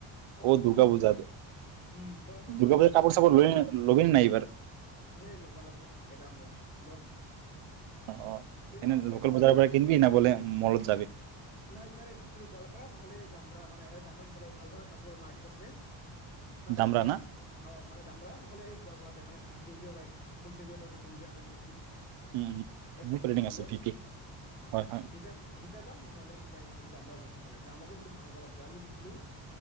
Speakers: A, on the left (about 20°); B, on the right (about 85°).
A: কৰাটো
B: অঁ দুৰ্গা
A: মই
B: পূজাত।
A: উম কৰাটো মই
B: দুৰ্গা
A: কৰিছিলো
B: পূজাত কাপোৰ, চাপোৰ লবি নে, নাই এইবাৰ?
A: এনেই ল'ব লাগিব, এটা মান, লম, লম।
B: অঁ, অঁ
A: এইবাৰ
B: এনেই
A: ভাবছো
B: লোকেল
A: কিবা
B: বজাৰৰ পৰা কিনিবি নে, বোলে মলত যাবি?
A: নাই। এইবাৰ ভাবছিলো গোৱাল পাৰা নহ'লে দামৰা মানে, দামৰা সিফালে ভাল, ভাল কাপোৰ মাৰ্কেট আছে। তা'তে
B: দামৰা
A: যাম।
B: না
A: অঁ মানে, যাম ৰ নহ'লে এই কলপাৰতে মানে, ভিত- ত ওলাই, এটা নতুকৈ অপেন কৰিছে।
B: উম উম
A: এক
B: মোৰ
A: বছৰটো
B: প্লেনিং
A: হ'লে
B: আছে ভিটিত
A: অ
B: হয় হয়
A: সীতা সীতিয়া যাম। কালে কিবা এইটো দামবাৰ ৰধিক পালে দামবাৰটো বহুত ভাল ভাল আছে আমি দিছিলো।